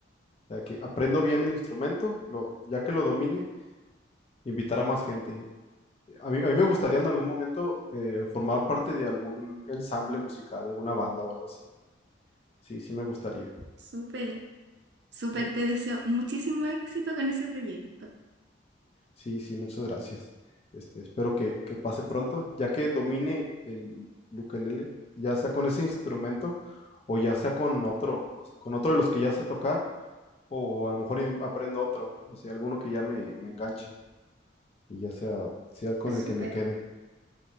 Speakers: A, on the left (about 30°); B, on the right (about 55°).
A: Ya que aprendo bien el instrumento, lo, ya que lo domine, invitar a más gente. A mí, a mí me gustaría en algún momento eh, formar parte de algún ensamble musical, alguna banda o algo así. Sí, sí me gustaría.
B: Súper, súper,
A: No,
B: te deseo muchísimo éxito con ese proyecto.
A: Sí, sí, muchas gracias. Este, espero que, que pase pronto, ya que domine el ukelele, ya sea con ese instrumento o ya sea con otro, o sea, con otro de los que ya sé tocar, o a lo mejor in- aprendo otro, o sea, alguno que ya me me enganche. y ya sea, sea con el
B: Súper,
A: que me quede.